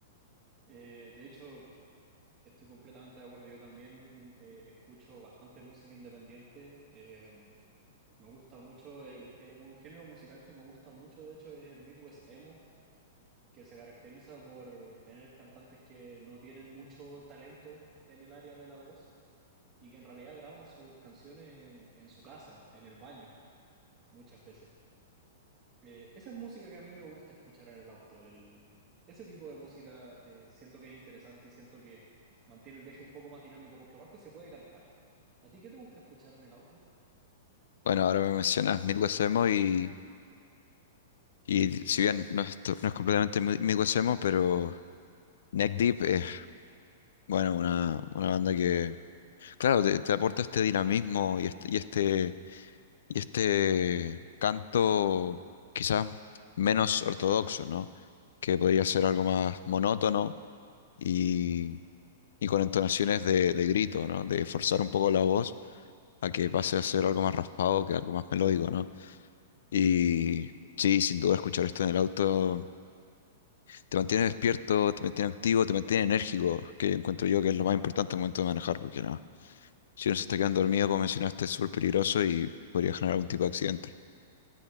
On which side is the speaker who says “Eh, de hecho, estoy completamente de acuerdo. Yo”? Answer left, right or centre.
Right